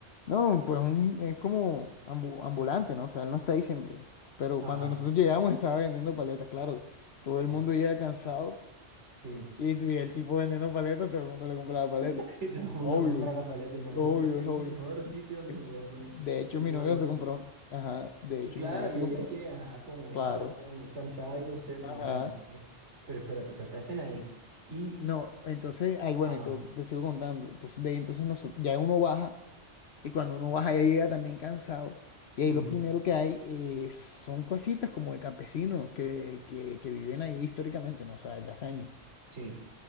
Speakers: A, on the left (about 65°); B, on the right (about 80°).
A: No, pues un- es como ambu- ambulante, ¿no? O sea, él no está ahí siempre. Pero
B: Ajá,
A: cuando nosotros llegamos estaba vendiendo paletas, claro. Todo
B: ajá,
A: el mundo llega cansado
B: sí.
A: y vi el tipo vendiendo paletas, todo el mundo le compra la paleta
B: <laughs> Y todo el mundo
A: Obvio,
B: compra la paleta, el man
A: obvio,
B: se puso en el
A: es obvio.
B: mejor sitio donde
A: Es-
B: se puede poner.
A: de hecho,
B: Tiene
A: mi
B: huevo.
A: novia se compró. un- Ajá, de
B: Y
A: hecho,
B: claro,
A: mi novia
B: y
A: se compró.
B: ella que, ajá, como estaba
A: Claro.
B: tan cansada y con sed,
A: Ajá.
B: no me imaginé. Pero espérate, o sea, se hacen ahí. Y,
A: No, entonces, ahí bueno,
B: ajá,
A: y te, te sigo contando. Entonces, de ahí entonces nosotros, ya uno baja. Y cuando uno baja ya llega también cansado. Y ahí
B: ujú,
A: lo primero que hay eh, son cositas como de campesinos que, que, que viven ahí históricamente, ¿no? O sea, desde hace años.
B: sí.